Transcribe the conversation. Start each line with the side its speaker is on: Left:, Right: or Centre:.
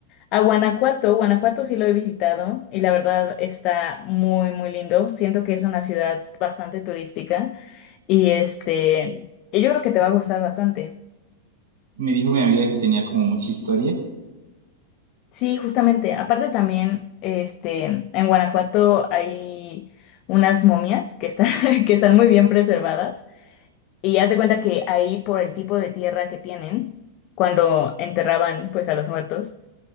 Left: A Guanajuato, Guanajuato sí lo he visitado y la verdad está muy, muy lindo. Siento que es una ciudad bastante turística y este, y yo creo que te va a gustar bastante.
Right: Me dijo mi amiga que tenía como mucha historia.
Left: Sí, justamente. Aparte también, este, en Guanajuato hay unas momias que están, <laughs> que están muy bien preservadas. Y haz de cuenta que ahí, por el tipo de tierra que tienen, cuando enterraban pues a los muertos,